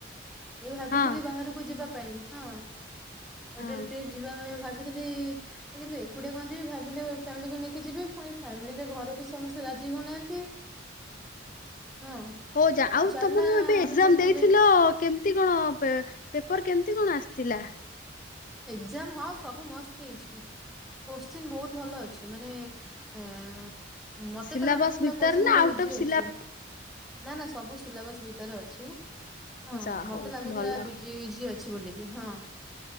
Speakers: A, in the centre; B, on the left.
A: ଏ ଭାବିଥିଲି
B: ହଁ
A: ବାହାରକୁ ଯିବା ପାଇଁ ହଁ
B: ହଁ
A: ଅଟ ଟ୍ରିପ୍ ଯିବା ପାଇଁ ଭାବି ଥିଲି କିନ୍ତୁ ଏକୁଟିଆ କଣ ଯିବି ଭାବିଲି ଫ୍ୟାମିଲିକୁ ନେଇକି ଯିବି ପୁଣି ଫ୍ୟାମିଲିରେ ଘରେ ବି ସମସ୍ତେ ରାଜି ହଉନାହାନ୍ତି।
B: ହ
A: ହଁ।
B: ହଉ ଯା ଆଉ
A: ଚାଲନା
B: ତମର ଯୋଉ ଏବେ ଏକ୍ସାମ
A: ଆମେ ସବୁ ନହେଲେ
B: ଦେଇଥିଲ କେମତି କଣ ପେ--ପେପର କେମତି କଣ ଆସିଥିଲା?
A: ଏକ୍ସାମ୍ ହଁ ସବୁ ମସ୍ତ ହେଇଛି। କୋଶ୍ଚିନ୍ ବହୁତ ଭଲ ଅଛି। ମାନେ ଏ ମତେ
B: ସିଲାବସ୍
A: ତ ଲାଗୁଥିଲା
B: ଭିତରେ
A: କୋଶ୍ଚିନ୍
B: ନା
A: ଗୁଡା
B: ଆଉଟ୍
A: ଇଜି
B: ଅଫ୍
A: ଅଛି।
B: ସିଲା
A: ନା ନା ସବୁ ସିଲାବସ ଭିତରେ ଅଛି। ହଁ
B: ଯା ହଉ
A: ମତେ ଲାଗୁଥିଲା
B: ଭଲ
A: ବି ଇଜି ଇଜି ଅ ଅଛି ବୋଲିକି ହଁ।